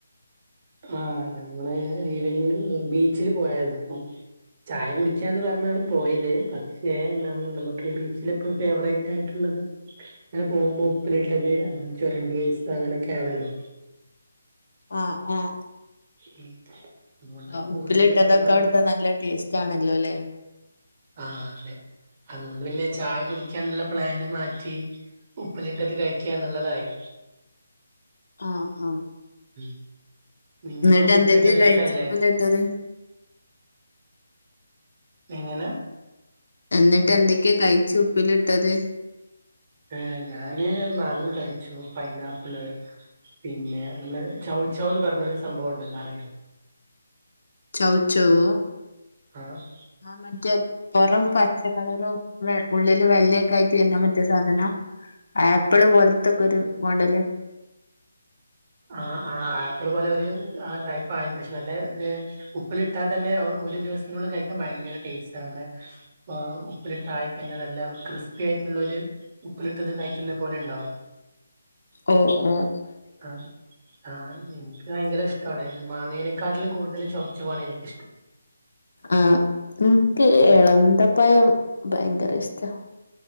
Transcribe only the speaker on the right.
ആ ഞമ്മളെ ഈവനിംഗില് ബീച്ചില് പോയാരുന്നു അപ്പൊ ചായ കുടിക്കാന്ന് പറഞ്ഞാണ് പോയത് പക്ഷേ ന നമുക്ക് ബീച്ചില് ഇപ്പോ ഫേവറേറ്റയി ട്ടുള്ളത് ഇങ്ങനെ പോകുമ്പോ ഉപ്പിലിട്ടത് അതുപോലെ ചുരണ്ടി ഐസ് അങ്ങനെ ഓക്കെ ആണല്ലോ
ഉം അതുകൊണ്ട്
കൂടുതൽ
ഞങ്ങള്
ആ അതെ അതുകൊണ്ട് പിന്നെ ചായ കുടിക്കാന്നുള്ള പ്ലാന് മാറ്റി ഉപ്പിലിട്ടത് കഴിക്കാന്നുള്ളതായി
ഉം നിങ്ങൾക്കൊക്കെ
ഉപ്പിലിട്ടത്
ഇഷ്ടല്ലേ
എങ്ങന
ഏ ഞാന് മാങ്ങ കഴിച്ചു പൈനാപ്പിള് പിന്നെ നമ്മള് ചൗച്ചൗന്ന് പറഞ്ഞൊരു സംഭവം ഉണ്ടല്ലോ അറിയോ
ആഹ്
ആഹ് ആഹ് ആപ്പിള് പോലെ ഒരു ആ ടൈപ്പയി പക്ഷെ നല്ല ഒര് ഉപ്പിലിട്ടാ തന്നെ ഒ ഒരു ദിവസത്തിനുള്ളിൽ കഴിക്കാൻ ഭയങ്കര ടേസ്റ്റാ നമ്മടെ ആ ഉപ്പിലിട്ട് ആയിക്കഴിഞ്ഞാ നല്ല ക്രിസ്പി ആയിട്ടുള്ള ഒരു ഉപ്പിലിട്ട്ത് കഴിക്കുന്നുന്ന പോലെ ഉണ്ടാവും
ആഹ് ആ എനിക്ക് ഭയങ്കര ഇഷ്ടമാണ് മാങ്ങേനേക്കാട്ടിലും കൂടുതലും ചുവച്ചുവ വാണ് എനിക്കിഷ്ടം